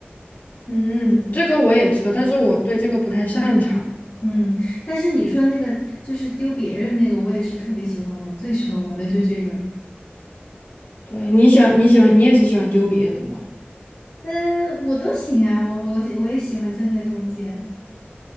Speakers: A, on the left; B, on the left.
A: 嗯，这个我也知道，但是我对这个不太擅长。
B: 嗯，但是你说那个就是丢别人那个，我也是特别喜欢玩，最喜欢玩的就这个了。
A: 对，你喜欢你喜欢你也是喜欢丢别人吗？
B: 呃，我都行啊，我我我也喜欢站在中间。